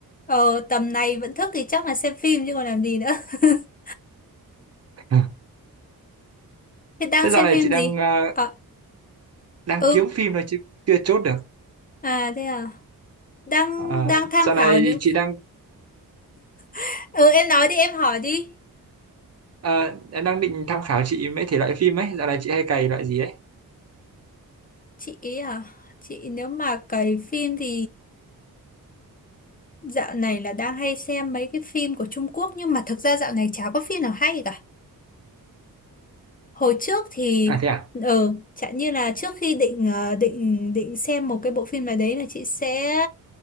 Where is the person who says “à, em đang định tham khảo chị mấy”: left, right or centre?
Right